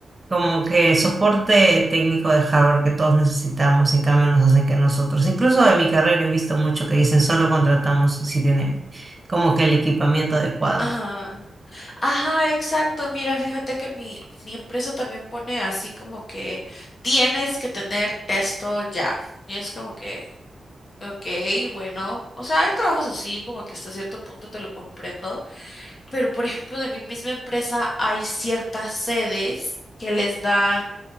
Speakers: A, on the right (about 25°); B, on the left (about 50°).
A: como que soporte técnico de hardware que todos necesitamos, y en cambio nos hacen que nosotros, incluso en mi carrera he visto mucho que dicen solo contratamos si tienen como que el equipamiento adecuado.
B: ajá. Ajá, exacto. Mira, fíjate que mi, mi empresa también pone así como que tienes que tener esto ya. Y es como que, ok, bueno. O sea, hay trabajos así como que hasta cierto punto te lo comprendo. Pero, por ejemplo, de mi misma empresa hay ciertas sedes que les dan